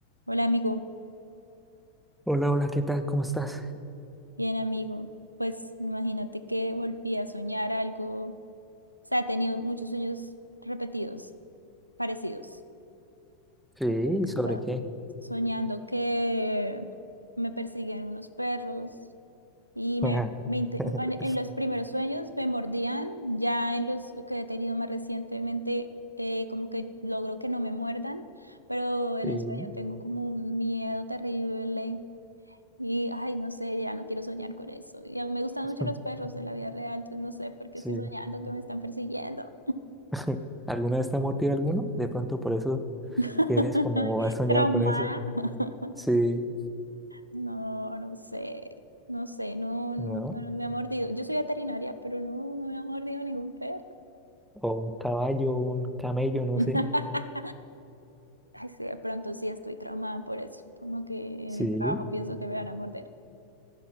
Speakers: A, on the right; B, in the centre.
A: Hola amigo,
B: Hola, hola, ¿qué tal? ¿Cómo estás?
A: bien amigo. Pues imagínate que volví a soñar algo, o sea, he tenido muchos sueños repetidos, parecidos.
B: Sí,
A: Estaba
B: ¿sobre qué?
A: soñando que me perseguían unos perros y
B: Ajá.
A: me, me inte-
B: <laughs>
A: al- en los primeros sueños me mordían, ya en los que he tenido más recientemente, eh, como que logro que no me muerdan, pero en
B: Sí,
A: el sueño tengo como un miedo terrible Y, ay, no sé, ya no quiero soñar con eso. Y a mí me gustan
B: <laughs>
A: mucho los perros de la vida real, entonces no sé por qué
B: sí.
A: estoy soñando que me están persiguiendo.
B: <laughs> ¿Alguna vez te ha mordido alguno? De pronto por eso
A: <laughs>
B: tienes como has soñado
A: Trauma.
B: con eso.
A: <laughs>
B: Sí,
A: No, no sé, no sé, no, no,
B: <laughs> ¿no?
A: no, no me ha mordido. Yo soy veterinaria, pero no, no me ha mordido ningún perro.
B: O un caballo, un camello, no
A: <laughs>
B: sé.
A: Ay, sí, de pronto sí estoy traumada por eso. Como que
B: Sí,
A: en el trabajo pienso que me van a morder.